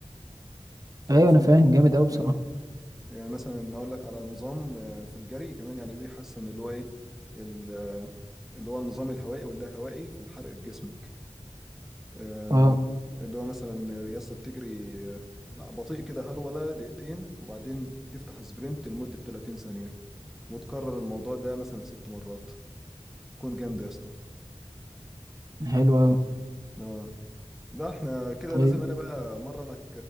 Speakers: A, in the centre; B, on the right (about 35°).
A: تعرف
B: أيوة أنا
A: أنت
B: فاهم جامد أوي بصراحة
A: آه يعني مثلا اقول لك على نظام آه، في الجري كمان يعني بيحسن اللي هو ايه ال- آه، اللي هو النظام الهوائي واللاهوائي في الحرق في جسمك آه،
B: أه
A: اللي هو مثلا يسطا بتجري آه، بطيء كده هرولة دقيقتين وبعدين تفتح سبرنت لمدة 30 ثانية وتكرر الموضوع ده مثلا ست مرات كون جامد يا اسطى
B: حلو أوي
A: اه لا احنا كده
B: طيب
A: لازم انا بقى مرنك